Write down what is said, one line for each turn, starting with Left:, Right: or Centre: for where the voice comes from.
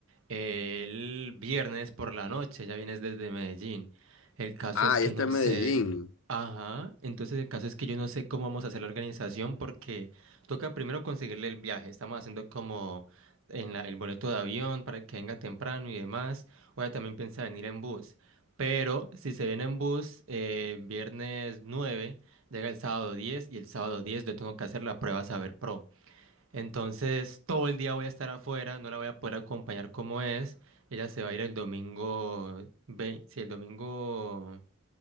Right: eh, el viernes por la noche, ya vienes desde Medellín. El caso
Left: Ah,
Right: es que
Left: y este
Right: no
Left: es Medellín.
Right: sé, ajá, entonces el caso es que yo no sé cómo vamos a hacer la organización, porque toca primero conseguirle el viaje, estamos haciendo como en la- el boleto de avión para que venga temprano y demás, o ya también piensa venir en bus. Pero si se viene en bus eh, viernes nueve llega el sábado 10 y el sábado 10 yo tengo que hacer la prueba Saber Pro. Entonces todo el día voy a estar afuera, no la voy a poder acompañar como es. Ella se va a ir el domingo, si el domingo